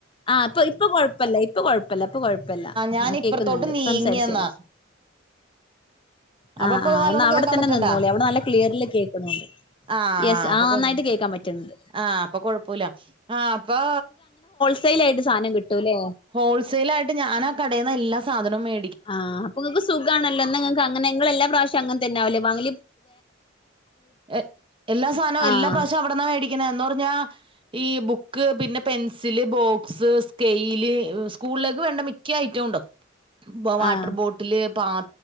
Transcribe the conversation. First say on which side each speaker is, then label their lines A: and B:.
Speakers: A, on the left (about 25°); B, on the right (about 25°).
A: ആഹ് ഇപ്പൊ ഇപ്പൊ കൊഴപ്പല്ല ഇപ്പൊ കൊഴപ്പല്ല ഇപ്പ കൊഴപ്പില്ല ആഹ്
B: ഞാൻ ഇപ്പറത്തോട്ട്
A: കേക്ക്ന്ന്ണ്ട്
B: നീങ്ങിയെന്നാ
A: സംസാരിച്ചോളി.
B: അപ്പൊ
A: ആഹ്
B: ഇപ്പൊ
A: ആഹ്
B: നല്ലോണം
A: ഇന്ന അവടെ
B: കേക്കാൻ
A: തന്നെ
B: പറ്റണ്ടാ
A: നിന്നോളി അവടെ നല്ല ക്ലിയറ്ൽ കേക്ക്ണ് ണ്ട്.
B: ആഹ്
A: യെസ്
B: അപ്പൊ
A: ആഹ് നന്നായിട്ട്
B: കൊഴ
A: കേക്കാൻ പറ്റ്ണ് ണ്ട്.
B: ആഹ് ഇപ്പൊ കൊഴപ്പല ആഹ് ഇപ്പോ
A: സൈലായിട്ട് സാനം കിട്ടൂലേ
B: ഹോൾസെൽ ആയിട്ട് ഞാൻ ആഹ് കടയ്ന്ന് എല്ലാ സാധനവും വേ
A: ആഹ് അപ്പൊ ഇങ്ങക്ക് സുഖാണല്ലൊ ഇന്നങ്ങക്ക് അങ്ങനെ ഇങ്ങളെല്ല പ്രാവശ്യൊ അങ്ങൻ തന്നാവുലെ വാങ്ങ
B: എഹ് എല്ലാ സാനു
A: ആഹ്
B: എല്ലാ പ്രാവശ്യം അവിട്ന്നാ മേടിക്കന് എന്നൊർഞ്ഞാ ഈ ബുക്ക് പിന്നെ പെൻസില് ബോക്സ് സ്കെയ്ല് സ്കൂൾലേക്ക് വേണ്ട മി ക്യ ഐറ്റൊണ്ട് വവാട്ടർ
A: ആഹ്
B: ബോട്ടില് പാ